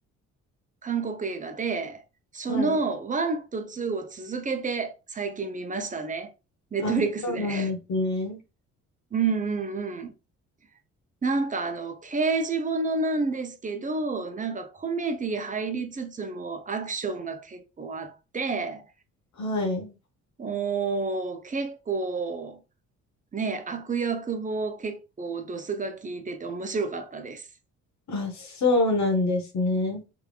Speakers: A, on the right; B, on the left.
A: 韓国映画で、その1と2を続けて最近見ましたね。
B: はい。
A: ネットフリックスで。
B: あ、そうなんですね。
A: うんうんうん。なんかあの、刑事ものなんですけど、なんかコメディ入りつつもアクションが結構あって、
B: はい。
A: おー、結構ね、悪役も結構ドスが効いてて面白かったです。
B: あ、そうなんですね。